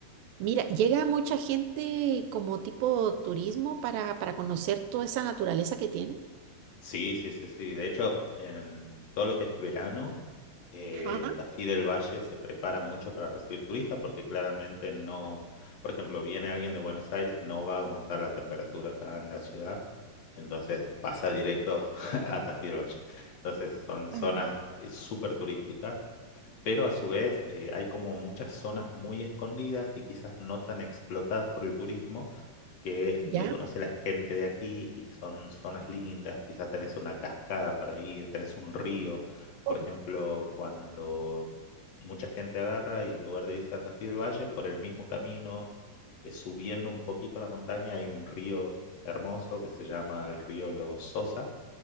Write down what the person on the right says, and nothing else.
Mira, llega mucha gente como tipo turismo para, para conocer toda esa naturaleza que tienen.
Ajá.
Ah.
Ya.
Oh,